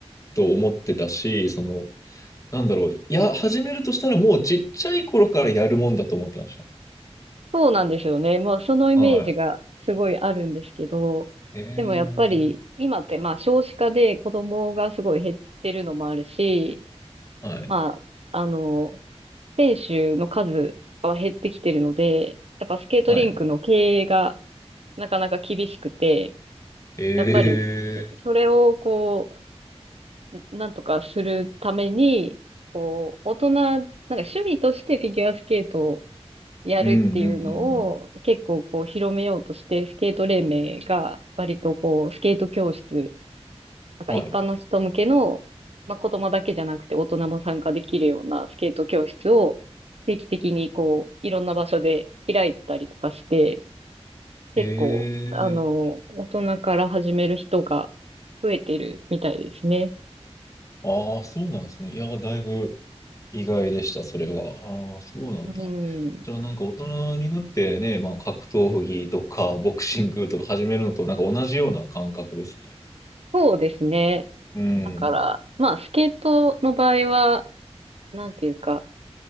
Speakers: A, on the left (about 30°); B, on the right (about 65°).
A: と思ってたし、その、なんだろう、いや、始めるとしたらもうちっちゃい頃からやるもんだと思ってました。
B: そうなんですよね。まあ、そのイメージがすごいあるんですけど、
A: はい。え
B: でもやっぱり、
A: え
B: 今ってまあ、少子化で子供がすごい減ってるのもあるし、
A: はい。
B: まあ、あの、選手の数は減ってきてるので、やっぱスケートリンクの経営が
A: はい。
B: なかなか厳しくて、
A: ええ
B: やっぱり、それをこう、ななんとかするために、こう、大人、なんか趣味としてフィギュアスケートをやるっていうのを結構こう広めようとして、
A: うんうんうんうん。
B: スケート連盟が割とこうスケート教室、なんか一般の人向けの、
A: はい。
B: まあ、子供だけじゃなくて大人も参加できるようなスケート教室を定期的にこういろんな場所で開いてたりとかして、結構あの、
A: ええ
B: 大人から始める人が増えてるみたいですね。
A: ああ、そうなんですね。いや、だいぶ意外でした、それは。ああ、そうなんだ。
B: うん。
A: じゃあ、なんか大人になってね、まあ、格闘技とか、ボクシングとか始めるのと、なんか同じような感覚ですね。
B: そうですね。
A: うん。
B: だから、まあスケートの場合は、なんていうか、